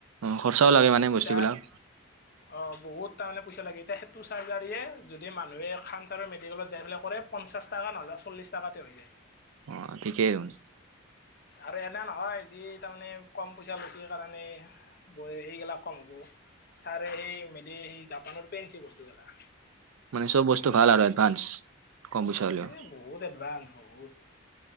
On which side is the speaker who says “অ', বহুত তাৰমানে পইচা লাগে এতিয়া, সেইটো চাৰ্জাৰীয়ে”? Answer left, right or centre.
Left